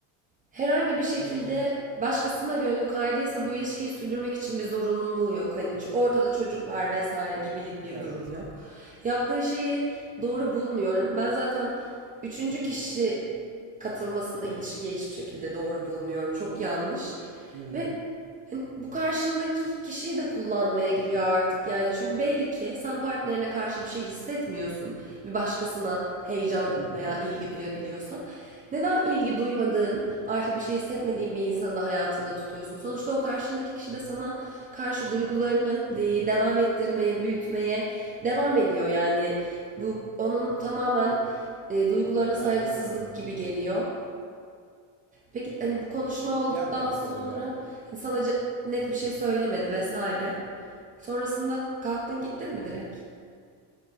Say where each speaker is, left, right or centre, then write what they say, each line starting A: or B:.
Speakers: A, on the right; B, on the right.
A: herhangi bir şekilde
B: Hı hı.
A: başkasına gönlü kaydıysa bu ilişkiyi sürdürmek için bir zorunluluğu yok. Hani ortada çocuk var vesaire gibilik bir
B: Evet.
A: durum yok. Yaptığı şeyi doğru bulmuyorum. Ben zaten üçüncü kişi katılmasını ilişkiye hiçbir şekilde doğru bulmuyorum. Çok yanlış.
B: Hı hı.
A: Ve Hani bu karşındaki kişiyi de kullanmaya giriyor artık yani. Çünkü belli ki sen partnerine karşı bir şey hissetmiyorsun. Bir başkasına heyecan
B: Hı hı.
A: veya ilgi duyabiliyorsan. Neden ilgi duymadığın, artık bir şey hissetmediğin bir insanı da hayatında tutuyorsun? Sonuçta o karşındaki kişi de sana karşı duygularını devam ettirmeye, büyütmeye devam ediyor yani. Bu onun tamamen e, duygularına saygısızlık
B: Aynen öyle.
A: gibi geliyor. Peki hani bu konuşma olduktan
B: Yani bana
A: sonra
B: da öyle geldi.
A: hani sana ce- net bir şey söylemedi vesaire. Sonrasında kalktın gittin mi direkt?